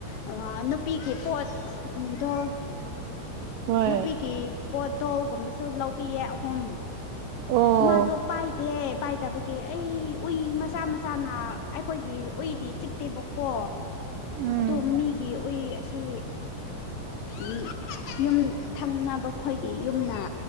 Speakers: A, on the left; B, on the right.
A: ꯑꯉꯥꯥꯟ ꯅꯨꯄꯤꯒꯤ ꯄꯣꯠ ꯑ ꯑꯝ ꯇꯣ
B: ꯍꯣꯏ
A: ꯅꯨꯄꯤꯀꯤ ꯄꯣꯠ ꯗꯣꯜꯒꯨꯝꯕꯁꯨ ꯂꯧꯕꯤꯌꯦ ꯑꯍꯨꯝ
B: ꯑꯣ
A: ꯃꯥꯗꯣ ꯄꯥꯏꯗꯦ ꯄꯥꯏꯗꯕꯒꯤ ꯑꯩ ꯎꯏ ꯃꯆꯥ ꯃꯆꯥꯅ ꯑꯩꯈꯣꯏꯒꯤ ꯎꯏꯗꯤ ꯆꯤꯛꯇꯦꯕꯀꯣ
B: ꯎꯝ
A: ꯑꯗꯣ ꯃꯤꯒꯤ ꯎꯏ ꯑꯁꯤ ꯎꯝ ꯌꯨꯝ ꯊꯪꯅꯕꯈꯣꯏꯒꯤ ꯌꯨꯝꯅ